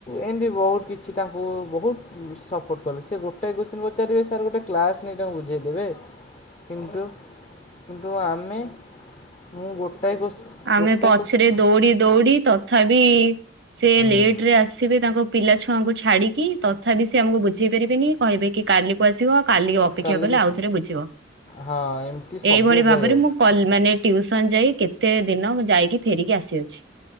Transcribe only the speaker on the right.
ଆମେ
ପଛରେ
ଦୌଡି ଦୌଡି ତଥାପି ସେ
ଲେଟ ରେ ଆସିବେ ତାଙ୍କ ପିଲା ଛୁଆଙ୍କୁ ଛାଡିକି ତଥାପି ସେ ଆମକୁ ବୁଝେଇ ପାରିବେନି କହିବେ କି କାଲି ବସିବ କାଲି ଅପେକ୍ଷା
କଲେ ଆଉଥରେ
ବୁଝିବ
ଏଇଭଳି ଭାବରେ ମୁଁ କଲ ମାନେ ଟ୍ୟୁସନ ଯାଇ କେତେ ଦିନ ମୁଁ ଯାଇକି ଫେରିକି ଆସିଅଛି।